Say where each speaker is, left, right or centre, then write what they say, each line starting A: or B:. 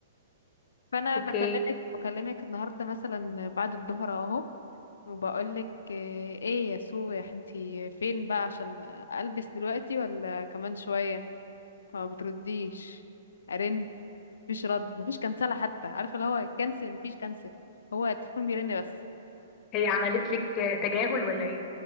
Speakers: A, on the left; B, on the left.
A: فانا
B: اوكي
A: بكلمك بكلمك النهارده مثلا بعد الظهر اهو وبقولك ايه يا سو انتي فين بقى عشان البس دلوقتي ولا كمان شويه فما بترديش ارن مفيش رد مفيش كنسله حتى عارفه اللي هو كنسل مفيش كنسل هو التليفون بيرن بس
B: هي عملت لك تجاهل ولا ايه